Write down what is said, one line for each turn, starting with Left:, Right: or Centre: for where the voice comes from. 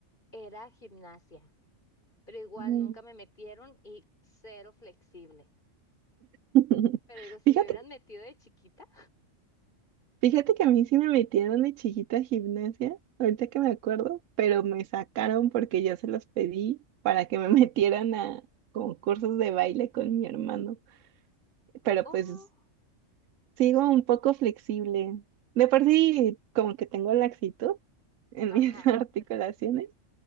Left: era gimnasia, pero igual
Right: Mm.
Left: nunca me metieron y cero flexible.
Right: <laughs>
Left: Pero digo, si
Right: Fíjate
Left: me hubieran metido de chiquita,
Right: Fíjate que a mí sí me metieron de chiquita a gimnasia, ahorita que me acuerdo, pero me sacaron porque yo se los pedí para que me <laughs> metieran a concursos de baile con mi hermano. Pero
Left: <laughs> oh,
Right: pues sigo un poco flexible. De por sí, como que tengo laxitud en
Left: ajá.
Right: mis <laughs> articulaciones,